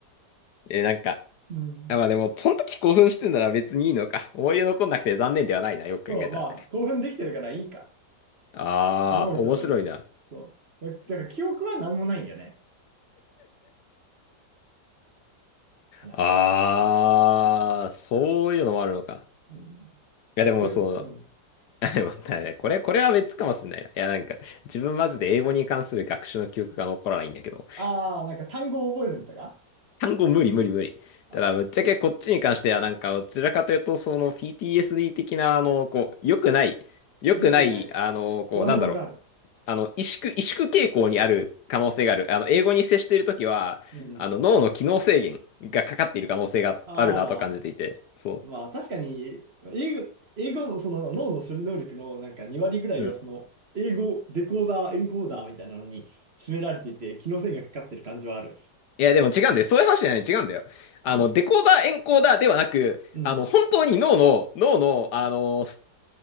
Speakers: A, on the left; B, on the right.
A: え、なんか、
B: <laughs> うん。
A: あ、まあでも、その時興奮してんなら別にいいのか。思い出残んなくて残念ではないな、よく考えたら。
B: そう、まあ、興奮できてるからいいか。
A: ああ、
B: 思うことにした。
A: 面白いな。
B: そう。だだから記憶は何もないんよね。いや
A: ああ、そういうのもあるのか。
B: ー、うん、
A: いやでもそう、
B: 記憶、うん。
A: あ、でも、だねこれ、これは別かもしれないな。いやなんか、自分マジで英語に関する学習の記憶が残らないんだけど、
B: ああ、なんか単語を覚えるんだが、
A: 単語無理無理無理。
B: ああ、
A: ただ、ぶっちゃけこっちに関してはなんか、どちらかというと、その PTSD 的な、あの、こう、良くない、良くない、
B: よくない。
A: あの、こう、
B: トラウマがある。
A: なんだろう、あの、萎縮、萎縮傾向にある可能性がある。あの、英語に接しているときは、
B: うん、
A: あの、脳の機能制限がかかっている可能性があるなと感じていて、
B: ああ、
A: そ
B: まあ確かに、英語、英語のその脳の処理能力のなんか2割ぐらいはその、
A: う。うん。
B: 英語、デコーダー、エンコーダーみたいなのに占められていて、機能性がかかってる感じはある。
A: いや、でも違うんだよ。そういう話じゃない、違うんだよ。あの、
B: うん。
A: デコーダー、エンコーダーではなく、
B: うん。
A: あの、本当に脳の、脳の、あの、